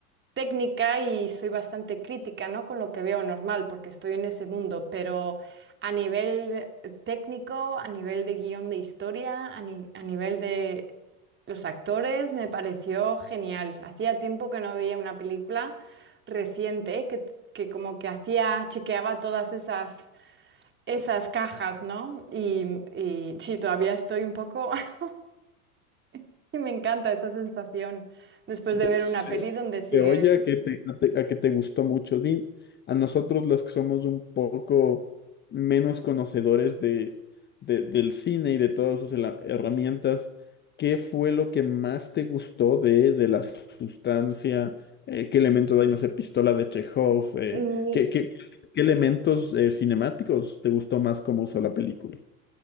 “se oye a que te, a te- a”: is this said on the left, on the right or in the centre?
Left